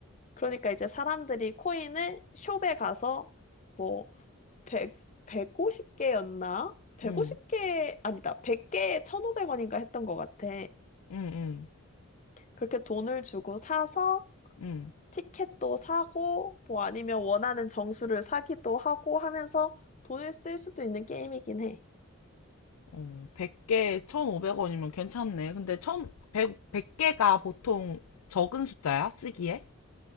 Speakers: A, on the left; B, on the left.
A: 그러니까 이제 사람들이 코인을 숍에 가서 뭐 100, 150개였나? 150개,
B: 응,
A: 아니다. 100개에 1,500원인가 했던 것 같아.
B: 응, 응,
A: 그렇게 돈을 주고 사서
B: 응.
A: 티켓도 사고, 뭐 아니면 원하는 정수를 사기도 하고 하면서 돈을 쓸 수도 있는 게임이긴 해.
B: 어, 100개, 1,500원이면 괜찮네. 근데 천 백백 100개가 보통 적은 숫자야? 쓰기에?